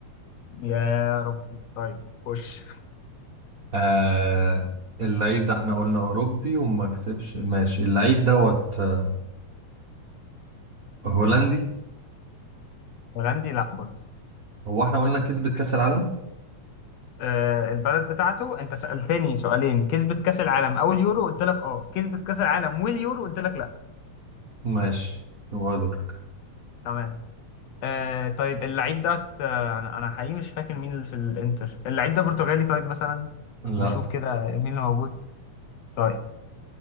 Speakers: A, on the left; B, on the right.
A: يا ربي طيب خش
B: آه اللعيب ده احنا قلنا أوروبي وما كسبش ماشي اللعيب دوت آه هولندي
A: هولندي لا برضه
B: هو احنا قلنا كسبت كأس العالم
A: آه، البلد بتاعته انت سألتني سؤالين كسبت كأس العالم او اليورو قلت لك اه كسبت كأس العالم واليورو قلت لك لا
B: ماشي يبقى دورك
A: تمام آه طيب اللعيب ده آه انا أنا حقيقي مش فاكر مين اللي في الانتر اللعيب ده برتغالي طيب مثلا
B: لا
A: نشوف كده مين اللي موجود طيب